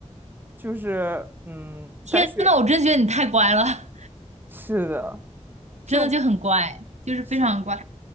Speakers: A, on the right (about 15°); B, on the right (about 70°).
A: 就是，嗯，
B: 天呐，
A: 感觉学
B: 我真觉得你太乖了。
A: 是的，就
B: 真的就很乖，就是非常乖。
A: 是